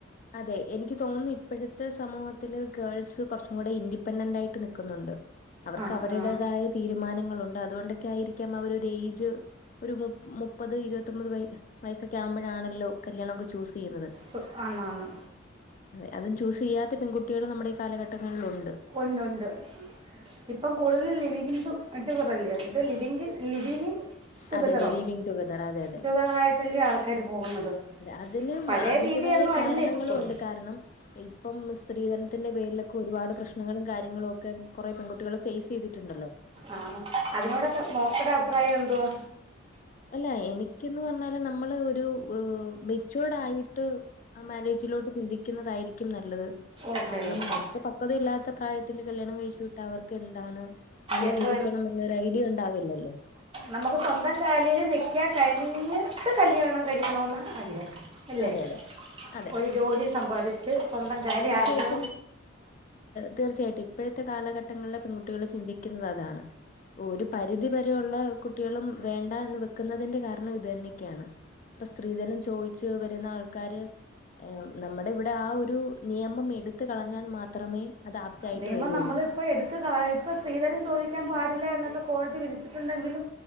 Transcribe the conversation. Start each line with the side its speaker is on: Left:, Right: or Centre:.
Left: അതെ എനിക്ക് തോന്നുന്നു ഇപ്പഴത്തെ സമൂഹത്തില് ഗേൾസ് കുറച്ചും കൂടെ ഇൻഡിപെൻഡന്റായിട്ട് നിക്കുന്നുണ്ട് അവർക്ക്
Right: ആ
Left: അവരുടേതായ
Right: ആ
Left: തീരുമാനങ്ങളുണ്ട് അതുകൊണ്ടൊക്കെയായിരിക്കാം അവരൊര് ഏജ് ഒരു മു മുപ്പത് ഇരുപത്തൊമ്പത് വ വയസ്സൊക്കെയാവുമ്പോഴാണല്ലോ കല്യാണൊക്കെ ചൂസിയ്യുന്നത്
Right: സൊ ആന്ന് ആന്ന്
Left: അതെ അതും ചൂസീയ്യാത്ത പെൺകുട്ടികളും നമ്മടെ ഈ കാലഘട്ടങ്ങളിലുണ്ട്
Right: ഒണ്ടൊണ്ട് ഇപ്പം കൂടുതൽ ലിവിങ് റ്റു റെല്ലെയോ എന്തോ ലിവിംഗ് ലിവിനിങ്‌ ടുഗെതറോ
Left: അതെ അതെ ലിവിങ് ടുഗദർ അതെ അതെ
Right: ടുഗെതറായിട്ടല്യോ ആൾക്കാര് പോകുന്നത്
Left: അതിന്
Right: പഴയ
Left: അതിന്റേതായ
Right: രീതിയൊന്നും
Left: കാരണങ്ങളും
Right: അല്ല ഇപ്പം
Left: ഉണ്ട് കാരണം ഇപ്പം സ്ത്രീധനത്തിന്റെ പേരിലൊക്കെ ഒരുപാട് പ്രശ്നങ്ങളും കാര്യങ്ങളും ഒക്കെ കുറെ പെൺകുട്ടികള് ഫേസീതിട്ടുണ്ടല്ലോ
Right: ആഹ് അതിനോടൊക്കെ മോക്കടെ അഭിപ്രായം എന്തുവാ
Left: അല്ല എനിക്കെന്ന് പറഞ്ഞാല് നമ്മള് ഒരു മെചുവേടായിട്ട് ആ മാര്യേജിലോട്ട് ചിന്തിക്കുന്നതായിരിക്കും നല്ലത്
Right: ഓക്കെ
Left: കാരണം
Right: ഓക്കെ
Left: നമുക്ക് പക്വതയില്ലാത്ത പ്രായത്തില് കല്യാണം കഴിച്ചു വിട്ടാ അവർക്കെന്താണ് ങ്ങനെ
Right: എന്തോ
Left: ജീവിക്കണം എന്നൊരു ഐഡിയ ഉണ്ടാവില്ലല്ലോ
Right: നമക്ക് സ്വന്തം കാലില് നിക്കാൻ കഴിഞ്ഞിട്ട് കല്ല്യാണം കഴിക്കണോന്ന ആഗ്രഹം അല്ലേ
Left: അതെ അതെ അതെ
Right: ഒരു ജോലി സമ്പാദിച്ച് സ്വന്തം കാര്യ
Left: തീർച്ചയായിട്ടും
Right: ആരുടെ
Left: തീർച്ചയായിട്ടും ഇപ്പഴത്തെ കാലഘട്ടങ്ങളിലെ പെൺകുട്ടികള് ചിന്തിക്കുന്നതാണ് ഒരു പരിധി വരെ യുള്ള കുട്ടികളും വേണ്ട എന്ന് വെക്കുന്നതിന്റെ കാരണം ഇതെന്നെക്കെയാണ് ഇപ്പൊ സ്ത്രീധനം ചോയ്ച്ചു വരുന്ന ആൾക്കാര് ഏഹ് നമ്മടെ ഇവടെ ആ ഒരു നിയമം എടുത്ത് കളഞ്ഞാൽ മാത്രമേ അത് ആപ്റ്റായിട്ട്
Right: നിയമം
Left: വരുള്ളൂ.
Right: നമ്മള് ഇപ്പോ എടുത്ത് കളയ് ഇപ്പം സ്ത്രീധനം ചോദിക്കാൻ പാടില്ല എന്നൊക്കെ കോടതി വിധിച്ചിട്ടുണ്ടെങ്കിലും